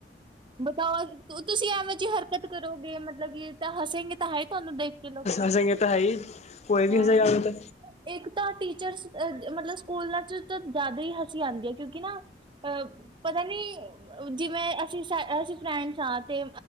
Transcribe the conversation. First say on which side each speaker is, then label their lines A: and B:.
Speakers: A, on the right; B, on the left.
A: ਬਤਾੳ, ਤੁਸੀਂ ਐਵੇਂ ਜਿਹੀ ਹਰਕਤ ਕਰੋਗੇ, ਮਤਲਬ ਕੀ ਤਾਂ ਹਸੇਗੇ ਤਾਂ ਹੈ, ਹੀ ਤੁਹਾਨੂੰ ਦੇਖ ਕੇ ਲੋਕੀ,
B: ਹੱਸਾਂਗੇ ਤਾਂ ਹੈ ਹੀ ਕੋਈ ਵੀ
A: ਹਾਂ।
B: ਹੱਸੇਗਾ ਤਾਂ
A: ਇੱਕ ਤਾਂ ਟੀਚਰ, ਮਤਲਬ ਸਕੂਲਾਂ ਚ ਤਾਂ ਜਿਆਦਾ ਹੀ ਹਾੱਸੀ ਆਂਦੀ ਆ, ਕਿਉਂਕਿ ਨਾ, ਪਤਾ ਨਹੀ ਜਿਵੇਂ ਅਸੀਂ, ਸ ਅਸੀਂ ਫਰੈਂਡ ਚੈਟ ਤੇ